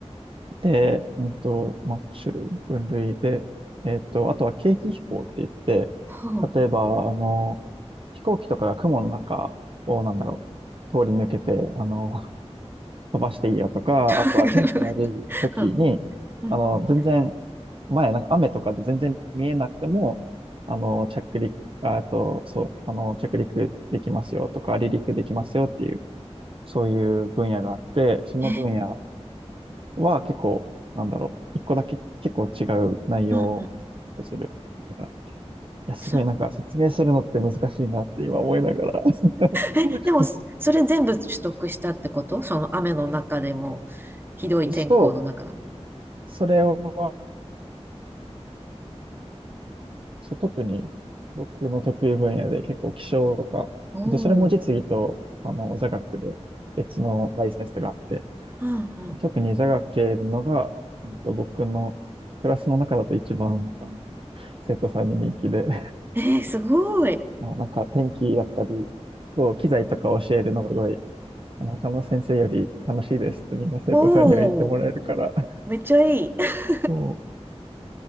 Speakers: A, on the right; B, on the right.
A: で、えっと、まあ、種類、分類で、えっと、あとは景気飛行って言って、
B: ほう。
A: 例えば、あの、飛行機とかが雲の中を、なんだろう、通り抜けて、あの、飛ばしていいよとか、
B: <laughs>
A: あとは天気悪い時に、
B: うん、うん、
A: あの、
B: うん。
A: 全然前、なんか雨とかで全然見えなくても、あの、着陸、ああと、そう、あの、着陸できますよとか、離陸できますよっていう、そういう分野があって、その分野
B: え、
A: は結構、なんだろう、一個だけ結構違う内容を勉強することがあって。
B: うん、うん。
A: いや、すごいなんか説明するのって難しいなって今思いながら。
B: そ、<laughs>
A: <laughs>
B: え、でも、そそれ全部取得したってことその雨の中でも、ひどい天候の中。
A: そう、それは、そう、特に僕の得意分野で結構気象とか、
B: おお。
A: あとそれも実技とあの座学で別のライセンスがあって、
B: うん、うん。
A: 特に座学系のが、うんと、僕のクラスの中だと一番あの生徒さんに人気で、<laughs>
B: えー、すごい。
A: あのなんか天気だったり、そう、機材とか教えるのがすごい、あの他の先生より楽しいですってみんな生徒さんには言ってもらえるから、
B: おお。
A: <laughs>
B: めっちゃいい。<laughs>
A: も